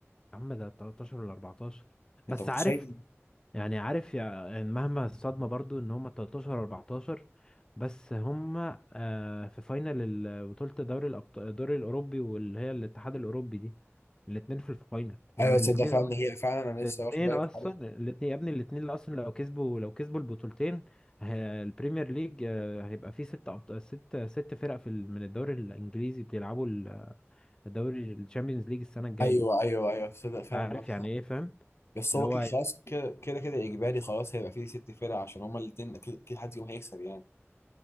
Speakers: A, on the left; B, on the left.
A: يا عم ده 13 ولا 14 بس
B: انت متخيل
A: عارف يعني عارف يعني مهما الصدمة برضو ان هم 13 14 بس هم آه، في فاينل ال- بطولة دوري الأبطال الدوري الأوروبي واللي هي الاتحاد الأوروبي دي الاتنين في الفاينل يعني
B: ايوه تصدق
A: الاتنين
B: فعلا
A: أصلا
B: هي فعلا انا
A: الاتنين
B: لسه واخد بالي
A: أصلا
B: من الحوار ده.
A: الاتنين يا ابني الاتنين اللي أصلا لو كسبوا لو كسبوا البطولتين ه- البريمير ليج آه، هيبقى فيه ست أبط- ست ست فرق في ال- من الدوري الإنجليزي بيلعبوا ال- الدوري الشامبيونز ليج السنة الجاية
B: ايوه ايوه ايوه تصدق فعلا
A: عارف
B: معاك
A: يعني
B: حق
A: إيه فاهم؟
B: بس
A: اللي
B: هو
A: هو
B: كده خلاص كده كده كده اجباري خلاص هيبقى فيه ست فرق عشان هما الاتنين اكيد اكيد حد يوم هيكسب يعني